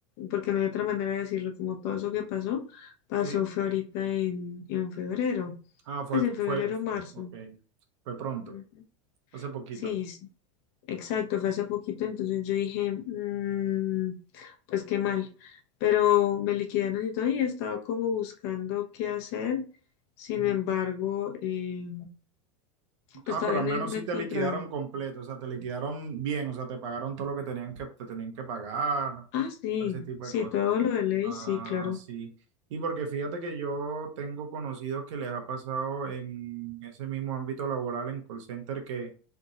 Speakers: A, on the left; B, on the right.
A: porque no hay otra manera de decirlo, como todo eso que pasó, pasó
B: Sí.
A: fue ahorita en, en febrero,
B: Ah, fue,
A: pues en febrero,
B: fue, fue,
A: marzo.
B: ok. Fue pronto,
A: Ujú.
B: hace poquito.
A: Sí, Exacto, fue hace poquito, entonces yo dije, "Mm, pues qué mal, pero me liquidaron y todo y he estado como buscando qué hacer, sin
B: Mm.
A: embargo, eh, pues
B: Ah,
A: todavía
B: pero al
A: no
B: menos
A: he, no
B: sí
A: he encontrado.
B: te liquidaron completo, o sea, te liquidaron bien, o sea, te pagaron todo lo que tenían que, te tenían que pagar,
A: Ah, sí,
B: todo ese tipo
A: sí,
B: de cosas.
A: todo lo de ley,
B: Ah,
A: sí, claro.
B: sí. Y porque fíjate que yo tengo conocidos que les ha pasado en ese mismo ámbito laboral en call center que